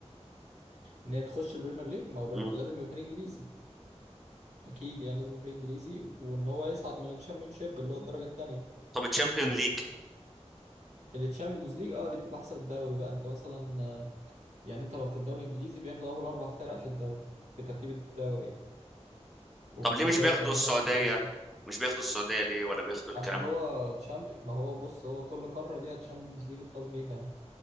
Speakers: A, on the right; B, in the centre.
A: ان هي تخش البريمير ليج ما هو البر-
B: مم.
A: لازم يبقى فريق انجليزي اكيد يعني لازم يبقى فريق انجليزي وان هو يصعد من الشامبيونشيب اللي هو الدرجه الثانيه
B: طب الشامبيون ليج
A: التشامبيونز ليج اه دي بتبقى حسب الدوري بقى انت مثلا آه، يعني انت لو في الدوري الانجليزي بياخدوا اول اربع فرق في الدوري في ترتيب الدوري يعني. وفي
B: طب ليه مش
A: الدوري
B: بياخدوا
A: الاسباني
B: السعوديه
A: نفس القصه
B: مش بياخدوا السعوديه ليه ولا بياخدوا الكلام
A: عشان هو
B: ده
A: تشامبي ما هو بص هو كل قاره ليها تشامبيونز ليج الخاص بيها يعني